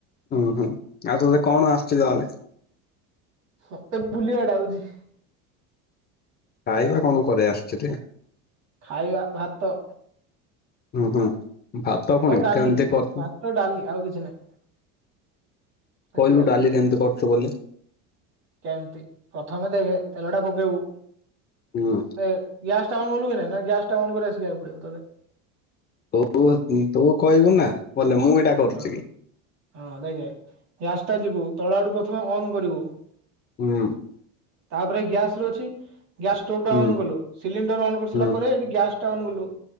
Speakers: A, on the left (about 30°); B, on the right (about 50°).
A: ହୁଁ ହୁଁ ଆଉ ତୋତେ କଣ ଆସୁଛି ତାହେଲେ?
B: ମତେ ବୁଲିବାଟା ଆଉଛି।
A: ଖାଇବା କଣ କରି ଆସିଛିରେ?
B: ଖାଇବା ଭାତ
A: ହୁଁ, ହୁଁ ଭାତ କଣ
B: ଡାଲି
A: କି <unintelligible>
B: ଭାତ ଡାଲି ଆଉ କିଛି ନାହିଁ
A: କହିଲୁ
B: ଏତିକା
A: ଡାଲି କେମତି କରୁଛୁ ବଲେ?
B: କେମିତି ପ୍ରଥମେ ଦେଖେ ତେଲଟା ପକେଇବୁ।
A: ହୁଁ
B: ଏ ଗ୍ୟାସ ଟା ଅନ କଲୁ ନା ନାଇଁ ନା ଗ୍ୟାସ ଟା ଅନ୍ କରିବା ଶିଖେଇବାକୁ ପଡିବ ତତେ?
A: ତୁ ତୁ କହିବୁ ନା ବଲେ ମୁଁ ଏଇଟା କରୁଛି
B: ହଁ
A: କି
B: ହଁ ଦେଖ୍ ଗ୍ୟାସ ଟା ଯିବୁ ତଳ ଆଡୁ ପ୍ରଥମେ ଅନ୍ କରିବୁ।
A: ହୁଁ
B: ତାପରେ ଗ୍ୟାସ ର ଅଛି ଗ୍ୟାସ ଷ୍ଟୋଭ ଟା
A: ହୁଁ
B: ଅନ୍ କଲୁ ସିଲିଣ୍ଡର ଅନ୍ କରିସାରିଲା
A: ହୁଁ
B: ପରେ ଏଠି ଗ୍ୟାସ ଟା ଅନ କଲୁ